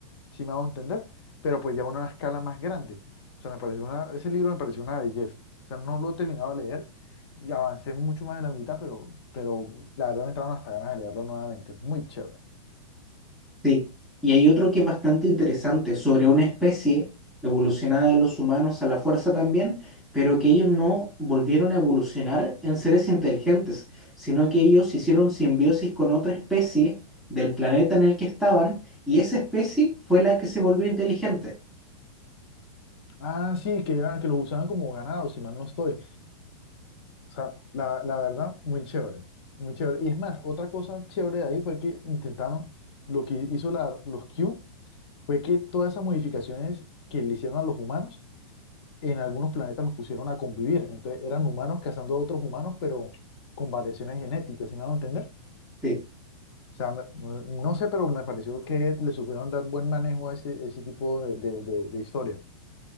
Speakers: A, on the left; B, in the centre.
A: si me hago entender, pero pues ya una escala más grande. O sea, me pareció una, ese libro me pareció una belleza. O sea, no lo he terminado de leer y avancé mucho más de la mitad, pero, pero la verdad me entraron hasta ganas de leerlo nuevamente. Es Muy chévere.
B: Sí, y hay otro que es bastante interesante sobre una especie evolucionada de los humanos a la fuerza también, pero que ellos no volvieron a evolucionar en seres inteligentes, sino que ellos hicieron simbiosis con otra especie del planeta en el que estaban y esa especie fue la que se volvió inteligente.
A: Ah, sí, que, era, que los usaban como ganado, si mal no estoy. O sea, la, la verdad, muy chévere. Muy chévere. Y es más, otra cosa chévere de ahí fue que intentaron, lo que hizo la, los Q, fue que todas esas modificaciones que le hicieron a los humanos, en algunos planetas los pusieron a convivir. Entonces eran humanos cazando a otros humanos, pero con variaciones genéticas, ¿sí me van a entender?
B: Sí,
A: O sea, me- me- no sé, pero me pareció que le supieron dar buen manejo a ese, ese tipo de, de, de- de historia.